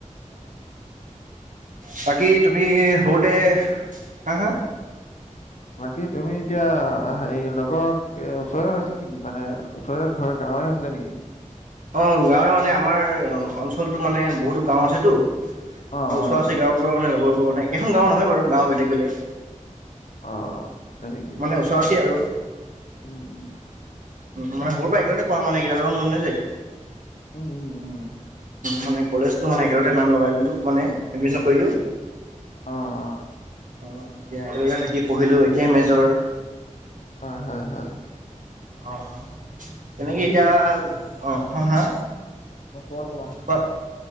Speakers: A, on the right (about 80°); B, on the left (about 65°).
A: বাকী তুমি সৰুতে হা হা
B: বাকী তুমি এতিয়া হেৰি লগৰক ওচৰে হৈছিলা নেকি মানে ওচৰে ঘৰ গাঁৱৰে আছিলে নেকি?
A: অ গাঁৱে মানে আমাৰ অঞ্চলটো মানে বহুতো গাঁও আছেতো। ওচৰা-ওচৰি
B: অ', অ',
A: গাঁওবোৰৰ মানে লগৰবোৰ মানে একেখন গাঁও নহয় বাৰু। গাঁও বেলেগ বেলেগ।
B: অ। হয় নেকি?
A: মানে ওচৰা-ওচৰি আৰু।
B: উম উম হয়।
A: উ মানে সৰুৰে পৰা একে লগতে পঢ়া মানে সিহঁতৰ লগত মানে যে
B: উম উম উম।
A: মানে কলেজতো মানে একে লগতে নাম লগাই দিলো মানে এডমিছন কৰিলো।
B: অ', অ',
A: অ এতিয়া একেলগে থাকি পঢ়িলো, একে মেজৰ,
B: হয় হয় হয়।
A: অ তেনেকে
B: বাকী
A: এতিয়া অ খ হা
B: অ', কোৱা, কোৱা।
A: অ